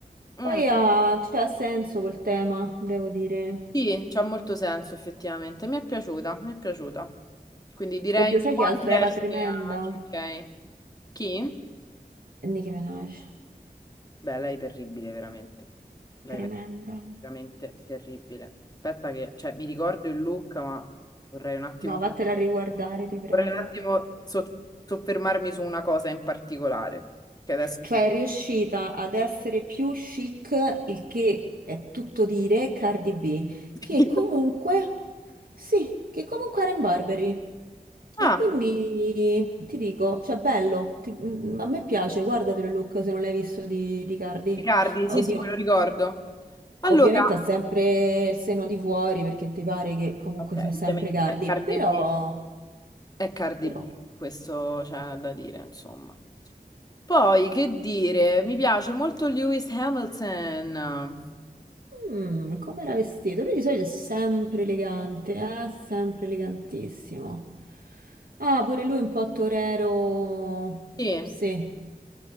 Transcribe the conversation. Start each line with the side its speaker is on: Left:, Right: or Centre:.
Left: Mm,
Right: Poi ha, cioè, ha senso quel tema, devo dire.
Left: sì, c'ha molto senso effettivamente. Mi è piaciuta, mi è piaciuta. Quindi direi
Right: Oddio, sai
Left: un buon
Right: che altro
Left: 10
Right: era tremenda?
Left: a chi? ok. Chi?
Right: Nicki Minaj.
Left: Beh, lei è terribile, veramente. Lei
Right: Tremenda.
Left: è ver- veramente terribile. Aspetta che, cioè, mi ricordo il look, ma vorrei un attimo
Right: No, vattela a riguardare, ti prego.
Left: Vorrei un attimo so- soffermarmi su una cosa in particolare, che adesso
Right: Cioè,
Left: ti...
Right: è riuscita ad essere più chic, il che è tutto dire, Cardi B,
Left: <laughs>
Right: che comunque, sì, che comunque era in Burberry.
Left: Ah,
Right: E quindi ti dico, cioè bello, ti- mm, a me piace, guardatelo il look se non l'hai visto di, di Cardi.
Left: Riccardi,
Right: Oddio,
Left: sì, sì, me lo ricordo. Allora,
Right: Ovviamente ha sempre il seno di fuori perché ti pare che comunque
Left: vabbè,
Right: sia
Left: ovviamente
Right: sempre Cardi,
Left: è Cardi
Right: però,
Left: B, è Cardi
Right: però,
Left: B, questo c'è da dire, insomma. Poi, che dire, mi piace molto Lewis Hamilton.
Right: mm, come era vestito? Lui di solito è sempre elegante, eh? Sempre elegantissimo. Ah, pure lui un po' torero,
Left: Sì,
Right: sì,